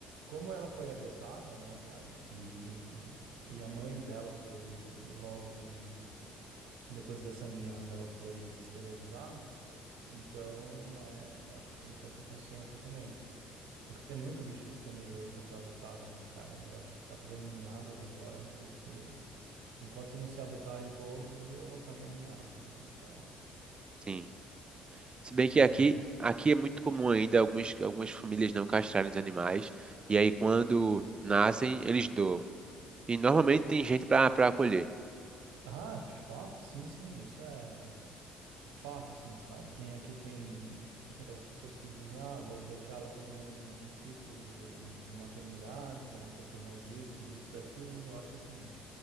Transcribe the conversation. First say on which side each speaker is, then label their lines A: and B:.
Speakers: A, on the right (about 75°); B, on the right (about 30°).
A: como ela foi adotada, né, cara, e, e a mãe dela foi, e logo também, depois dessa ninhada, ela foi esterilizada. Então, né, eu acho que tem que ter essa consciência também. Porque tem muito bicho disponível aí para ser adotado, né, cara? E eu acho que ficar fazendo ninhadas agora é uma coisa que. Enquanto não se adotarem todos, eu não faria ninhadas, assim, sabe?
B: Sim. Se bem que
A: Mas
B: aqui,
A: é isso. cara.
B: aqui é muito comum ainda algumas, algumas famílias não castrarem os animais. E aí quando nascem, eles doam. E normalmente tem gente para para acolher.
A: Ah, de fato, sim, sim, isso é é fato, assim, sabe? Tem aqui, tem, tem aquelas pessoas que dizem, ah, vou deixar ela fazer um, um ciclo de, de maternidade para não ter problema disso, disso, daquilo, mas eu acho que, assim,